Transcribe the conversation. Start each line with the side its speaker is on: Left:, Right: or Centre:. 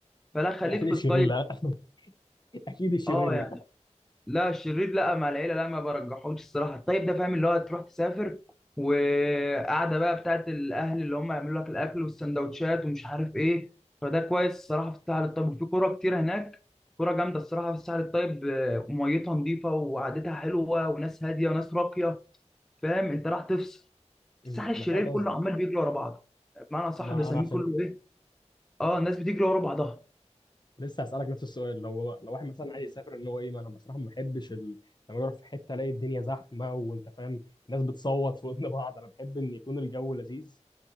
Centre: فلا خليك
Left: لا اكيد
Centre: في
Left: الشرير
Centre: الطيب
Left: لا <laughs> اكيد الشرير
Centre: اه
Left: لا
Centre: يعني لا الشرير لا مع العيله لا ما برجحوش الصراحه الطيب ده فاهم اللي هو تروح تسافر وقعده بقى بتاعت الاهل اللي هم يعملوا لك الاكل والسندوتشات ومش عارف ايه فده كويس الصراحه في الساحل الطيب وفي كوره كتير هناك كوره جامده الصراحه في الساحل الطيب آه، ميتها نظيفه وقعدتها حلوه وناس هاديه وناس راقيه فاهم انت راح تفصل
Left: مهم.
Centre: الساحل الشرير
Left: انا فاهم قصدي
Centre: كله عمال بيجري ورا بعضه بمعنى صح
Left: ما
Centre: بسميه
Left: انا عشان
Centre: كله ايه اه الناس بتجري ورا بعضها
Left: لسه هسألك نفس السؤال لو لو واحد مثلا عايز يسافر ان هو ايه ما انا بصراحه ما بحبش ال... لما اروح في حته الاقي الدنيا زحمه وانت فاهم الناس بتصوت في ودن <laughs> بعض انا بحب ان يكون الجو لذيذ